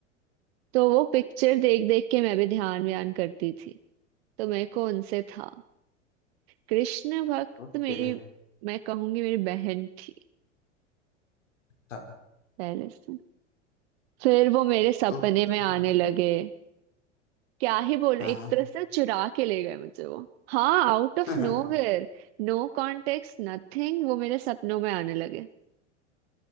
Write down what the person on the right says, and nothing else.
तो वो पिक्चर देख देख के मैं भी ध्यान व्यान करती थी तो मेरे को उनसे था कृष्ण भक्त
मेरी मैं कहूंगी मेरी बहन थी
पहले से फिर वो मेरे सपने
में आने लगे क्या ही बोलूं
एक
तरह से चुरा के ले गए मुझे वो हाँ out of
nowhere No context nothing वो मेरे सपनों में आने लगे